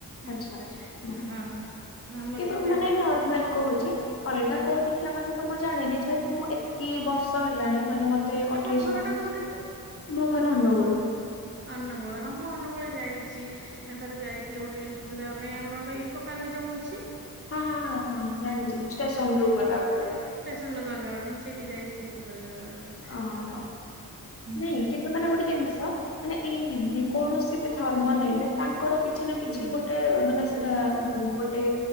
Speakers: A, on the right; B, on the left.
A: ହେଲାକି
B: ଆଚ୍ଛା ଆଚ୍ଛା
A: ହଁ। ଆମର
B: କିନ୍ତୁ
A: ବି ସେ
B: ମାନେ ନର୍ମାଲ କୋହୁଚି ଅଲଗା କୋଉଠି ଖିଆ କଥା ତ ମୁଁ ଜାଣିନି ଯେହେତୁ ମୁଁ ଏତିକି ବର୍ଷ ହେଲାଣି ମାନେ ମ ତେ
A: ଆପଣଙ୍କ
B: ଅଠେଇଶି
A: ଘର
B: ବର୍ଷ
A: ଟା କୋଉଠି କି?
B: ମୋ ଘର ଅନୁଗୁଳ।
A: ଅନୁଗୁଳ ହଁ ମୁଁ ଅନୁଗୁଳ ଯାଇଚି ଥରେ ଯାଇଥିଲି ଗୋଟେ ଇ ଣ୍ଟରଭିଉ ଦେବା ପାଇଁ ଆପଣଙ୍କ ଇକୋ ପାର୍କ ଯୋଉ ଅଛି।
B: ହଁ ହଁ ହଁ ଜାଣିଚି ଷ୍ଟେସନରୁ ଗଲା ବେଳେ
A: ଟ୍ରେନରେ ଗଲା ବେଳେ ମୁଁ ସେଇଠି ଯାଇଚି <unintelligible>
B: ଓହୋ।
A: ହଁ
B: ନାଇଁ କିନ୍ତୁ ମାନେ ଗୋଟେ ଜିନିଷ ମାନେ ଏଇ ଯେ କୌଣସି ବି ଧର୍ମ ନେଲେ ତାଙ୍କର କିଛି ନା କିଛି
A: ହୁଁ
B: ଗୋଟେ ମାନେ ଗୋଟେ